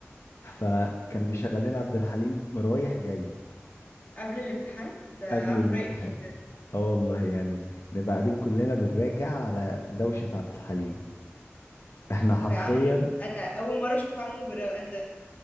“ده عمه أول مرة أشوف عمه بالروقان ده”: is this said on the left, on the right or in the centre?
Left